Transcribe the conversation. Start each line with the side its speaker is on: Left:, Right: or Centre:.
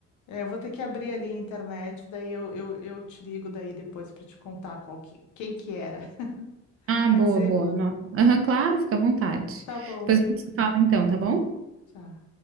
Left: É, eu vou ter que abrir ali a internet, daí eu, eu, eu te ligo daí depois para te contar qual que, quem que era. <laughs>
Right: Ah,
Left: Pode
Right: boa,
Left: ser?
Right: boa. Nossa. Aham, claro, fica à vontade.
Left: Tá bom,
Right: Depois
Left: beijo.
Right: a gente se fala então, tá bom?
Left: Tchau.